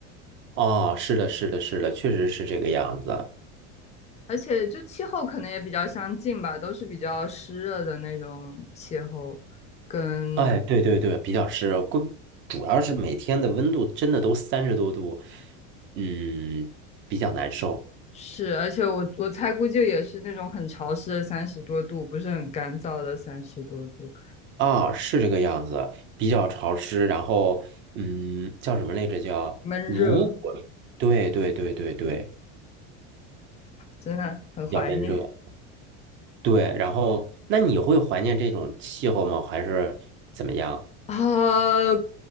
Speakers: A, on the right; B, on the left.
A: 哦，是的，是的，是的，确实是这个样子。
B: 而且就气候可能也比较相近吧，都是比较湿热的那种气候，跟
A: 哎，对对对，比较湿，过主要是每天的温度真的都三十多度，嗯，比较难受
B: 是，而且我我猜估计也是那种很潮湿的三十多度，不是很干燥的三十多度，
A: 啊，是这个样子，比较潮湿，然后嗯，叫什么来着？叫如果对对对对对，
B: 闷热，真的很怀念。
A: 比较闷热，对，然后那你会怀念这种气候吗？还是怎么样？
B: 啊，